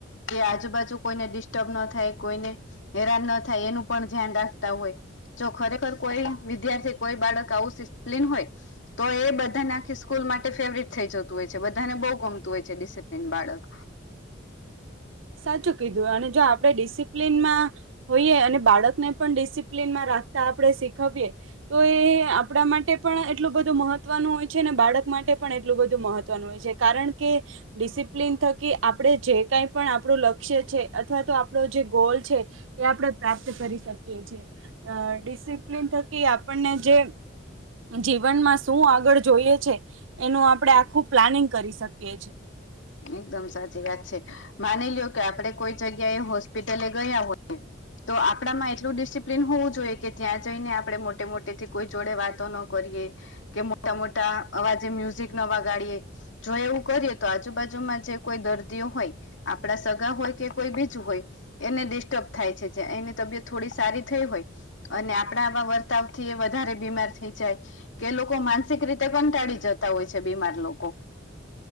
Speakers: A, on the left; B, on the right.
A: કે આજુબાજુ કોઈને ડિસ્ટર્બ ન થાય કોઈને હેરાન ન થાય એનું પણ ધ્યાન રાખતા હોય. જો ખરેખર કોઈ વિદ્યાર્થી કોઈ બાળક આવું સિપ્લીન હોય તો એ બધાનેખી સ્કૂલ માટે ફેવરટ થઈ જતું હોય છે બધાનેહુ ગમતું હોય છે ડિસિપ્લિન બાળક
B: સાચું કીધું અને જો આપડણે ડિસિપ્લિન માં હોઈએ અને બાળકને પણ ડિસિપ્લિનમાં રાખતા આપણે શીખવીએ તો એ આપણા માટે પણ એટલું બધું મહત્વનું હોય છે અને બાળક માટે પણ એટલું બધું મહત્વનું હોય છે કારણ કે ડિસિપ્લન થકી આપણે જે કઈ પણ આપણું લક્ષ્ય છે અથવા તો આપણો જે ગોલ છે એ આપણે પ્રાપ્ત કરી શકીએ છીએ ડિસિપ્લિન થકી આપણને જે જીવનમાં શું આગળ જોઈએ છે એનું આપડે આખું પ્લાનિંગ કરી શકીએ છેીએ.
A: એકદમ સાચી વાત છે. માની લ્યો કે આપડે કોઈ જગ્યાએ હોસ્પિટલે ગયા હોય તો આપડામાં એટલું ડિસિપ્લીિન હોવું જોઈએ કે ત્યાં જઈને આપણે મોટે મોટે થી કોઈ જોડે વાતો ન કે મોટા મોટા અવાજે મ્યુઝિક ન વગાડીએ જો એવું કરીએ તો આજુબાજુમાં જે કોઈ દર્દીઓ હોય આપડા સગા હોય કે કોઈ બીજું હોય એને ડિસ્ટર્બ થાય છે જે એની તબિયત થોડી સારી થઈ હોય અને આપણા આવા વર્તાવથી એ વધારે બીમાર થઈ જાય કે લોકો માનસિક રીતે પણ ટાળી જતા હોય છે બીમાર લોકો